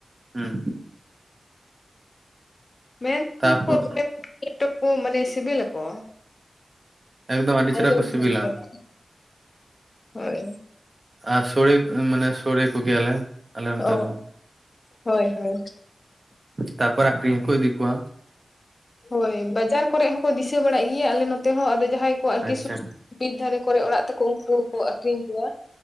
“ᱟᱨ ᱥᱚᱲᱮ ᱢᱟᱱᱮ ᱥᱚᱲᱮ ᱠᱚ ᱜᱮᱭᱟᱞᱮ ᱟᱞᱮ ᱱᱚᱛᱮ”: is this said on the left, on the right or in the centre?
Right